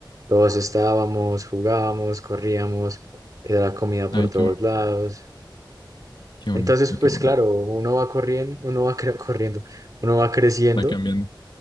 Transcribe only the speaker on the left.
Ay,
qué, bon-
qué bonito,
qué bonito.
Va cambiando.